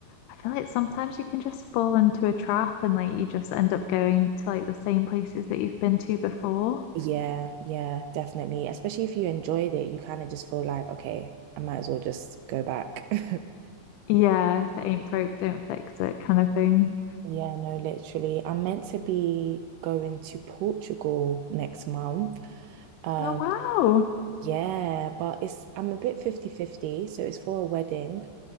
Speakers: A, on the left (about 90°); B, on the right (about 85°).
A: I feel like sometimes you can just fall into a trap and like you just end up going to like the same places that you've been to before.
B: Yeah, yeah, definitely. Especially if you enjoyed it, you kind of just feel like, okay, I might as well just go back. <laughs>
A: Yeah, if it ain't broke, don't fix it, kind of thing.
B: Yeah, no, literally. I'm meant to be going to Portugal next month. Um,
A: Oh wow.
B: yeah, but it's I'm a bit fifty fifty, so it's for a wedding.